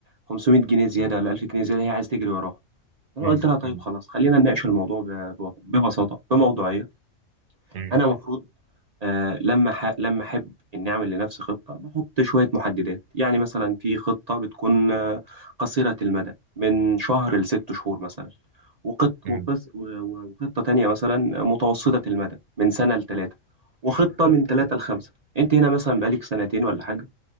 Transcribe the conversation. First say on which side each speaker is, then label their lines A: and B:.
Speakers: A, on the right; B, on the right.
A: 500 جنيه زيادة ولا 1000 جنيه زيادة هي عايزة تجري وراهم أنا
B: مم.
A: قلت لها طيب
B: مم.
A: خلاص خلينا نناقش الموضوع ب- ب- ببساطة بموضوعية
B: مم.
A: أنا المفروض آه لما ح... لما احب اني اعمل لنفسي خطه بحط شويه محددات يعني مثلا في خطه بتكون آه، قصيره المدى من شهر لست شهور مثلا وقط...
B: مم.
A: وقص... و- و- وخطه تانية مثلا متوسطه المدى من سنه لثلاثه وخطه من ثلاثه لخمسه انت هنا مثلا بقالك سنتين ولا حاجه